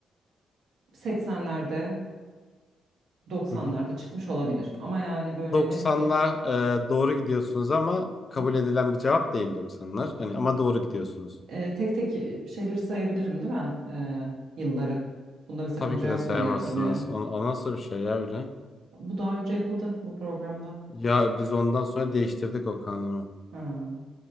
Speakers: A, on the right (about 75°); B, on the left (about 40°).
A: 80'lerde 90'larda
B: Hı hı.
A: çıkmış olabilir. Ama yani böyle
B: 90'lar
A: net bir
B: e, doğru gidiyorsunuz ama
A: Hı
B: kabul edilen bir cevap değil 90'lar. Hani
A: hı.
B: ama doğru gidiyorsunuz.
A: e, tek tek e, şeyleri sayabilirim değil mi? E, yılları. Bunda bir sakınca
B: Tabii ki
A: yoktu
B: de sayamazsınız.
A: diye hatırlıyorum.
B: O, o nasıl bir şey ya öyle?
A: Bu daha önce yapıldı bu programda.
B: Ya biz ondan sonra değiştirdik o kanunu.
A: Ha.